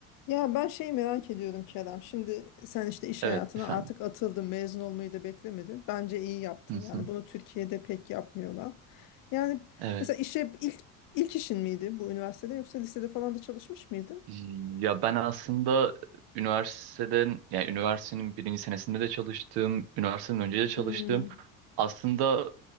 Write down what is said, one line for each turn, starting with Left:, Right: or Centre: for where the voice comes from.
Left: Ya ben şeyi merak ediyorum Kerem. Şimdi sen işte iş
Right: Evet
Left: hayatına
Right: efendim.
Left: artık atıldın, mezun olmayı da beklemedin. Bence iyi yaptın.
Right: Hı
Left: Yani
Right: hı.
Left: bunu Türkiye'de pek yapmıyorlar. Yani
Right: Evet.
Left: mesela işe ilk ilk işin miydi bu üniversitede yoksa lisede falan da çalışmış mıydın?
Right: Ya ben aslında üniversiteden, yani üniversitenin birinci senesinde de çalıştım, üniversiteden önce de çalıştım.
Left: Hmm.
Right: Aslında